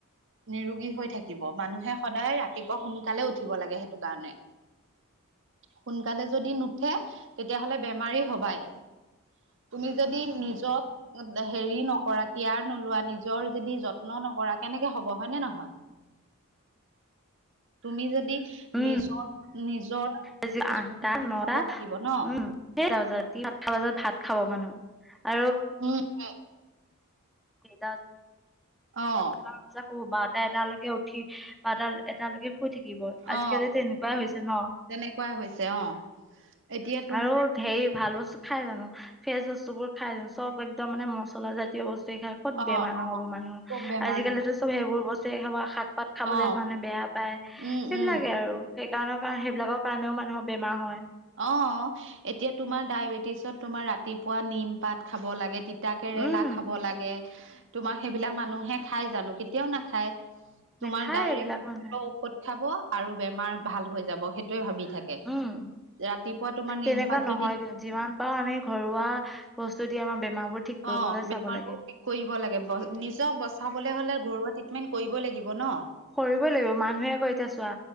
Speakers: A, on the right; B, in the centre.
A: নিৰোগী হৈ থাকিব, মানুহে সদায় ৰাতিপুৱা সোনকালে উঠ উঠিব লাগে সেইটো কাৰণে সোনকালে যদি নুঠে, তেতিয়াহলে বেমাৰী হবাই তুমি যদি নিজক হেৰি নকৰা, কয়াৰ নোলোৱা, নিজৰ যদি যত্ন নকৰা কেনেকে হব হয়নে নহয়। তুমি যদি
B: উম।
A: নিজৰ, নিজৰ
B: আজি
A: যত্নটো
B: আঠটা,
A: ল'ব
B: নটা,
A: লাগিব ন।
B: <unintelligible> ভাত খাব মানুহ আৰু
A: অ'।
B: <unintelligible>
A: অ'।
B: <unintelligible> বাৰটা, এটালৈকে উঠি বাৰটা এটালৈকে শুই থাকিব আজিকালি
A: অ
B: যে' এনেকুৱাই হৈছে ন,
A: তেনেকুৱা হৈছে অ এতিয়া তুমি
B: আৰু হেৰি ভাল বস্তু খাই জানো, ফ্ৰেচ বস্তু বোৰ খাই জানো, চব একদম মানে মচলা জাতীয় বস্তুৱয়ে খাই ক'ত
A: অ
B: বেমাৰ
A: অ
B: নহ'ব মানুহ,
A: ক'ত বেমাৰ
B: আজিকালিতো
A: নহয়
B: চ'ব সেইবোৰ বস্তুহে খাব শাক পাত খাবলে
A: অ
B: মানে বেয়া পায়
A: উম
B: সেইবিলাকে
A: উম
B: আৰু সেইকাৰণৰ পৰা সেইবিলাকৰ কাৰণেও মানুহৰ বেমাৰ হয়
A: অ' এতিয়া তোমাৰ ডায়বেটিছত তোমাৰ, ৰাতিপুৱা নিম পাত খাব লাগে তে তিতাকেৰেলা
B: উম
A: খাব লাগে, তোমাৰ সেইবিলাক মানুহে খাই জানো, কেতিয়াও নাখায়। তোমাৰ
B: নেখায়
A: ডাইৰেক্ট
B: এইবিলাক মানুহে
A: ঔষধ খাব আৰু বেমাৰ ভাল হৈ যাব, সেইটোৱে ভাবি থাকে।
B: উম
A: ৰাতিপুৱা তোমাৰ নিমপাত
B: তেনেকুৱা নহয়
A: যদি
B: কিন্তু, যিমান পাৰোঁ আমি ঘৰুৱা বস্তু দি আমাৰ বেমাৰবোৰ ঠিক কৰিবলৈ
A: অ', বেমাৰবোৰ
B: চাব লাগে
A: ঠিক কৰিব লাগে, নিজক বচাবলে হ'লে ঘৰুৱা ট্ৰিটমেন্ট কৰিবই লাগিব ন।
B: কৰিবই লাগিব, মানুহে কয় এতিয়া চোৱা,